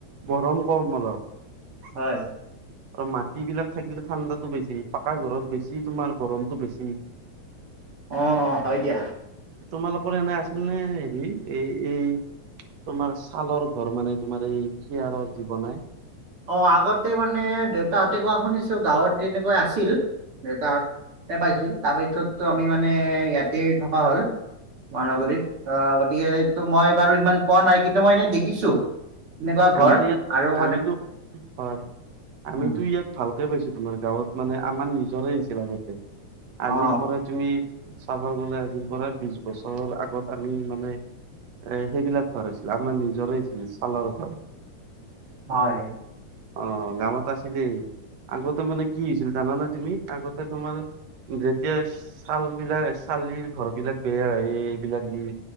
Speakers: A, on the right; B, on the right.
A: গৰম কম অলপ।
B: হয়।
A: আৰু মাটি বিলাক থাকিলে ঠাণ্ডাতটো বেছি। পাকা ঘৰত বেছি তোমাৰ গৰমতটো বেছি।
B: অ' অ' হয় দিয়া।
A: তোমালোকৰ এনে আছিল নে হেৰ এই -এই তোমাৰ ছালৰ ঘৰ মানে তোমাৰ এই শিয়াৰৰ যি বনাই?
B: অ' আগতে মানে দেউতাহঁতে কোৱা শুনিছো গাঁৱত তেনেকৈ আছিল। দেউতাহতে পাইছিল তাৰপিছতো আমি মানে ইয়াতেই থকা হ'ল। মহানগৰীত, অ' গতিকে এইটো মই বাৰু সিমান পোৱা নাই কিন্তু মই এনেই দেখিছো। এনেকুৱা ঘৰ
A: আমাৰ ইয়াত
B: আৰু মানে
A: আমিতো হয় আমি
B: উম
A: টো ইয়াত ভালকে পাইছো, তোমাৰ গাঁৱত মানে আমাৰ নিজৰে আহিছিল আগতে।
B: অ
A: আজিৰ পৰা তুমি চাব গ'লে আজিৰ পৰা বিশ বছৰৰ আগত আমি মানে এ সেইবিলাক ঘৰ আছিলে, আমাৰ নিজৰে আছিলে ছালৰ ঘৰ।
B: হয়।
A: অ' গাঁৱত আছিলেই। আগতে মানে কি হৈছিল জানানে তুমি, আগতে তোমাৰ যেতিয়া ছাল বিলাক চালিৰ ঘৰ বিলাক বেয়া হয় এইবিলাক দি